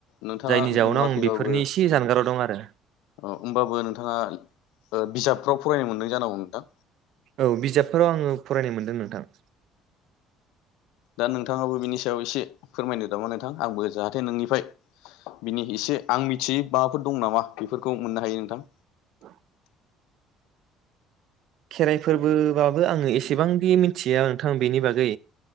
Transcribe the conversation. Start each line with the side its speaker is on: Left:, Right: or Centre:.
Left: नोंथाङा
Right: जायनि
Left: नुवाखैबाबो
Right: जाउनाव आं बेफोरनि
Left: औ
Right: एसे जानगाराव दं आरो
Left: औ होनबाबो नोंथाङा ओ बिजाबफ्राव फरायनो मोनदों जानांगौ नोंथां
Right: औ बिजाबफोराव आङो फरायनो मोनदों नोंथां
Left: दा नोंथाङाबो बिनि सायाव एसे फोरमायनो नामा नोंथां आंबो जाहाथे नोंनिफ्राय बिनि एसे आं मिथियै माबाफोर दं नामा बेफोरखौ मोननो हायो नोंथां
Right: <inaudible> खेराइ फोरबोबाबो आङो एसेबांदि मिथिया नोंथां बेनि बागै